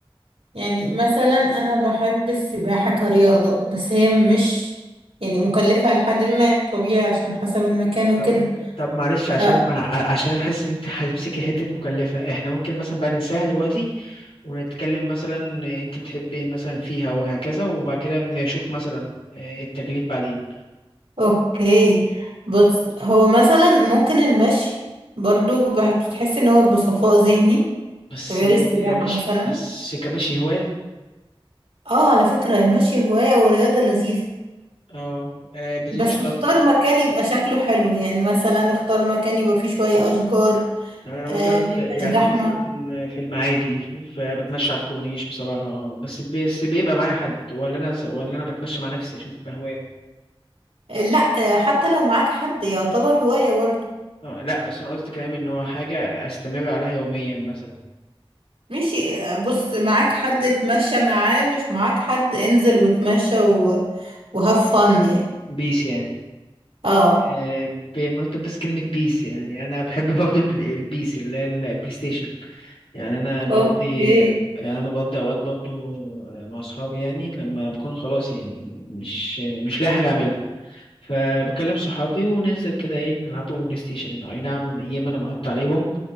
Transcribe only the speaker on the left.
طب طب معلش عشان
أنا- ع- عشان حاسس إن أنت هتمسكي حتة مكلفة إحنا ممكن مثلا بقى ننساها دلوقتي ونتكلم مثلا أنت بتحبي إيه مثلا فيها وهكذا وبعد كده نشوف مثلا آه، التكليف بعدين
بس
مش
بس كمشي هواية
اه آه، بتمشي
طب
يعني انا مثلا
في
يعني
انا مثلا في المعادي فبتمشى على الكورنيش بصراحه بس بي- بس بيبقى معايا حد ولا انا ولا انا بتمشى مع نفسي عشان تبقى هوايه
آه، لا بس انا قصدي كلام ان هو حاجه استمر عليها يوميا مثلا
بيس يعني
آه، بمناسبة بس كلمة بيس يعني أنا بحب <laughs> برضه البل- البيس اللي هي البلاي ستيشن يعني أنا بقضي
يعني أنا بقضي أوقات برضه مع أصحابي يعني لما بكون خلاص يعني مش مش لاقي حاجة أعملها فبكلم صحابي وننزل كده ايه نلعبوا بلاي ستيشن اي نعم يا اما انا بحط عليهم